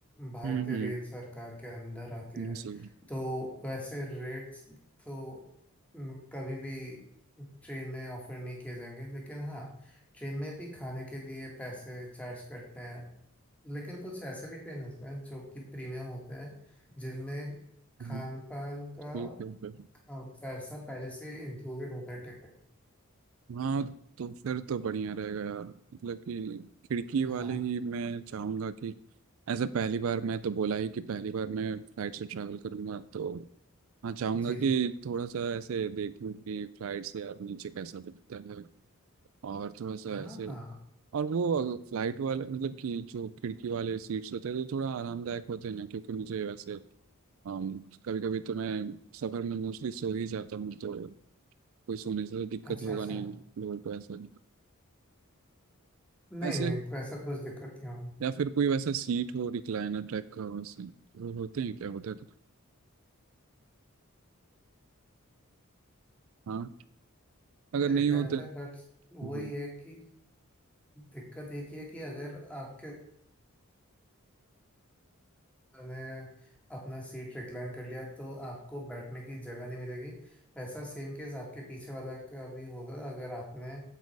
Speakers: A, in the centre; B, on the right.
A: भारतीय
B: हम्म हम्म,
A: रेल सरकार के अंडर आती
B: जी
A: है तो वैसे रेट्स तो न, कभी भी ट्रेन में ऑफर नहीं किए जाएंगे लेकिन हाँ ट्रेन में भी खाने के लिए पैसे चार्ज करते हैं लेकिन कुछ ऐसे भी ट्रेन होते हैं जो कि प्रीमियम होते हैं जिनमें खान
B: हम्म,
A: पान का
B: ठीक है फिर
A: अ, पैसा पहले से इंक्लूडेड होता है टिकट
B: हाँ तो फिर तो बढ़िया रहेगा यार मतलब कि खिड़की
A: हाँ
B: वाले ही मैं चाहूँगा कि ऐसे पहली बार मैं तो बोला ही कि पहली बार मैं फ्लाइट से ट्रैवल करूँगा तो हाँ चाहूँगा
A: जी
B: कि
A: जी
B: थोड़ा सा ऐसे देखूँ कि फ्लाइट से यार नीचे कैसा दिखता है और थोड़ा सा
A: हाँ
B: ऐसे
A: हाँ
B: और वो फ्लाइट वाले मतलब कि जो खिड़की वाले सीट्स होते हैं तो थोड़ा आरामदायक होते हैं ना क्योंकि मुझे वैसे कभी कभी तो मैं सफर में मोस्टली सो ही जाता हूँ तो कोई सोने से तो दिक्कत
A: अच्छा
B: होगा
A: अच्छा
B: नहीं लोगों को ऐसा नहीं
A: नहीं
B: ऐसे
A: नहीं कोई ऐसा कुछ दिक्कत नहीं हो
B: या फिर कोई वैसा सीट हो रिक्लाइनर टाइप का हो वैसे वो होते हैं क्या होटल हाँ अगर नहीं
A: रिक्लाइन
B: होते
A: होता है बट
B: हम्म,
A: वही है कि दिक्कत एक ही है कि अगर आपके ने अपना सीट रिक्लाइन कर लिया तो आपको बैठने की जगह नहीं मिलेगी वैसा सेम केस आपके पीछे वाला का भी होगा अगर आपने